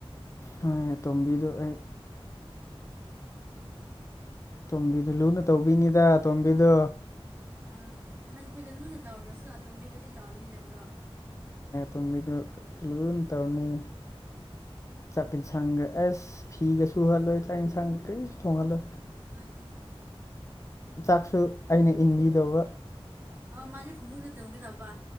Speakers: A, on the left; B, on the right.
A: ꯍꯣꯏ ꯇꯣꯝꯕꯤꯗꯨꯣ ꯑꯩ ꯇꯣꯝꯕꯤꯗꯨ ꯂꯨꯅ ꯇꯧꯕꯤꯅꯤꯤꯗ ꯇꯣꯝꯕꯤꯗꯣ
B: ꯑ ꯑꯍꯟ ꯑꯩꯈꯣꯏꯗ ꯂꯨꯅ ꯇꯧꯗ꯭ꯔꯁꯨ ꯑꯇꯣꯝꯕꯤꯗꯗꯤ ꯇꯧꯔꯅꯤ ꯍꯥꯏꯕ꯭ꯔꯣ
A: ꯇꯣꯃꯤꯗ ꯂ ꯇꯧꯅꯤ ꯆꯥꯛ ꯌꯦꯟꯁꯥꯡꯒ ꯑꯦꯁ ꯐꯤꯒ ꯁꯨꯍꯜꯂꯣꯏ ꯆꯥꯛ ꯌꯦꯟꯁꯥꯡꯒ ꯀꯔꯤꯁꯨ ꯊꯣꯡꯍꯜꯂꯣꯏ
B: ꯎꯝ ꯎꯝ
A: ꯆꯥꯛꯁꯨ ꯑꯩꯅ ꯏꯟꯕꯤꯗꯧꯕ
B: ꯑ ꯃꯥꯁꯦ ꯐꯃꯨꯗ ꯇꯝꯒꯦ ꯇꯧꯕ